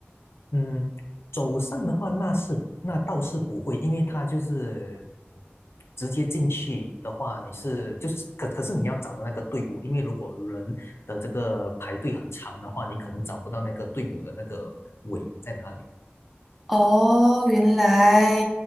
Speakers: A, on the left; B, in the centre.
A: 嗯，走上的话，那是那倒是不会，因为他就是嗯直接进去的话，你是就是可可是你要找到那个队伍，因为如果人的这个排队很长的话，你可能找不到那个队伍的那个尾在哪里。
B: 哦，原来，